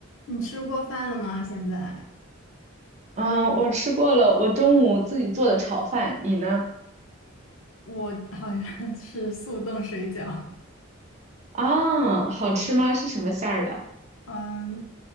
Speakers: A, on the left; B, on the right.
A: 你吃过饭了吗？现在
B: 嗯，我吃过了，我中午自己做的炒饭，你呢？
A: 我好像是速冻水饺
B: 啊，好吃吗？
A: <laughs>，嗯，
B: 是什么馅儿的？
A: 嗯，